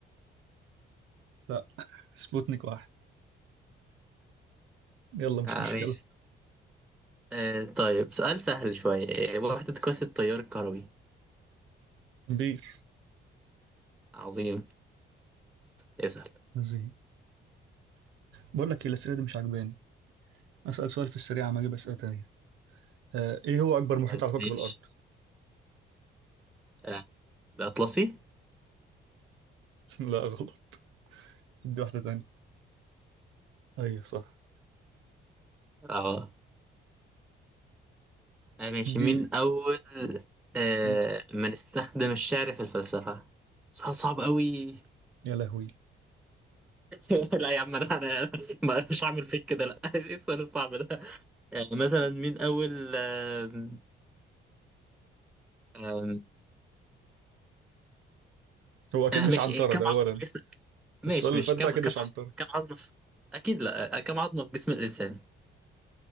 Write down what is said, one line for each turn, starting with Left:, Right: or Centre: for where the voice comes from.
Right: لا سبوتنيك واحد يلا مش
Centre: آه
Right: مشكلة
Centre: ماشي آه طيب سؤال سهل شوية آه وحدة قياس التيار الكهربي
Right: مير
Centre: عظيم اسأل
Right: زي بقول لك إيه، الأسئلة دي مش عاجباني أسأل سؤال في السريع عم أجيب أسئلة تانية آه، إيه هو أكبر محيط
Centre: آه
Right: على كوكب
Centre: ماشي
Right: الأرض
Centre: آه الأطلسي
Right: <laughs> لا غلط دي واحدة تانية أيوة صح
Centre: اه آه، ماشي
Right: اديني
Centre: مين أول آه
Right: مم.
Centre: من استخدم الشعر في الفلسفة سؤال صعب أوي
Right: يا لهوي
Centre: <laughs> لا يا عم أنا أنا ما- مش هعمل فيك كده لا <laughs> إيه السؤال الصعب ده آه مثلا مين أول آه آه
Right: هو أكيد مش
Centre: ماشي
Right: عنترة
Centre: إيه، كم
Right: ده أولا
Centre: عقد ماشي
Right: السؤال اللي
Centre: ماشي
Right: فات
Centre: كم
Right: ده أكيد
Centre: كم
Right: مش
Centre: عظمة
Right: عنترة
Centre: كم عظمة في... أكيد لا آه، كم عظمة في جسم الإنسان